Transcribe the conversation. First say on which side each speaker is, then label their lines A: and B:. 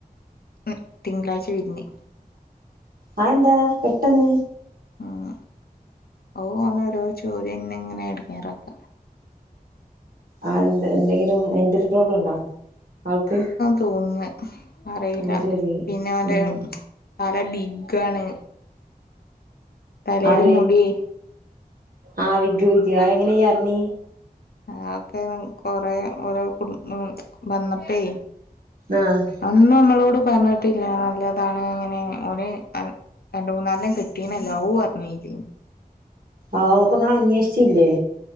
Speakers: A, on the left (about 80°); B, on the right (about 70°).
A: ഉം തിങ്കളാഴ്ച പിരിഞ്ഞ്.
B: അതെന്താ? പെട്ടെന്ന്?
A: ഉം. ഓൻ ഓനോരോ ചോദ്യം ഇങ്ങനെങ്ങനെ എടങ്ങാറാക്കുക.
B: അത് എന്ത്? എന്തെങ്കിലും മെന്റൽ പ്രോബ്ലം ഉണ്ടോ ആൾക്ക്?
A: തോന്നുന്നു. അറയില്ല.
B: അത് ശരി
A: പിന്നെ ഓന്റെ
B: ഉം
A: ആള് ബിഗ്ഗാണ്, തലയില്
B: ആര്
A: മുടിയേ
B: ആഹ് വിഗ് വിഗ്. അതെങ്ങനെ ഇയ്യ് അറിഞ്ഞി?
A: അതൊക്കെ കൊറേ ഓരോ കുടും ഉം വന്നപ്പേ
B: ആഹ്
A: ഒന്നും നമ്മളോട് പറഞ്ഞിട്ടില്ല. നല്ലതാണ് അങ്ങനെ ഓന് രണ്ട് മൂന്നാലെണ്ണം കെട്ടീന്. ലൗവ് പറഞ്ഞിക്ക്.
B: ആവൂ അപ്പ ഇങ്ങള് അന്വേഷിച്ചില്ലേ?